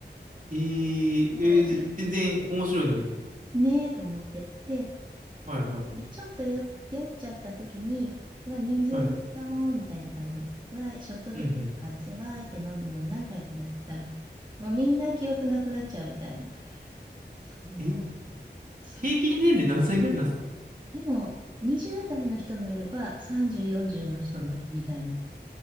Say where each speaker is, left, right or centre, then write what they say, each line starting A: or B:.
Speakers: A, on the right; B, on the right.
A: えええーぜ全然面白いのに。
B: そう。<laughs> ねえと思って。で、
A: はいはい。
B: で、ちょっとよ、酔っちゃった時に、うわ、人数分飲もうみたいな感じで、
A: はい。
B: うわ、ショットで来るからさ、
A: うんうん。
B: わーって飲むのを何回かやってたら、もうみんな記憶なくなっちゃうみたいな。そう、
A: え、
B: そう。
A: 平均年齢何歳ぐらいなんですか
B: でも、20代の人もいれば、30、40の人もいるみたいな
A: はい。